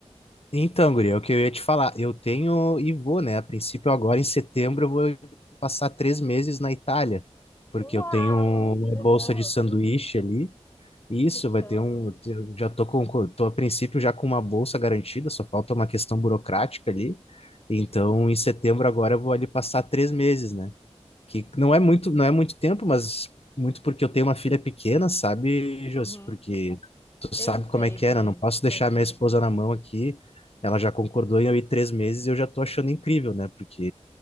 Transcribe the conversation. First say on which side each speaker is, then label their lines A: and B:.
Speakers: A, on the left (about 60°); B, on the left (about 25°).
A: Então, guria, é o que eu ia te falar, eu tenho e vou, né? A princípio, agora em setembro, eu vou passar três meses na Itália, porque
B: Uau,
A: eu tenho uma
B: que legal,
A: bolsa de sanduíche ali. Isso,
B: que show.
A: vai ter um. eu Já tô com, com- tô a princípio já com uma bolsa garantida, só falta uma questão burocrática ali. Então, em setembro agora eu vou ali passar três meses, né? Que não é muito, não é muito tempo, mas muito porque eu tenho uma filha pequena, sabe, Josi?
B: Uhum,
A: Porque tu
B: eu
A: sabe
B: sei
A: como é que
B: bem.
A: é, né? Eu Não posso deixar minha esposa na mão aqui. Ela já concordou em eu ir três meses e eu já tô achando incrível, né? Porque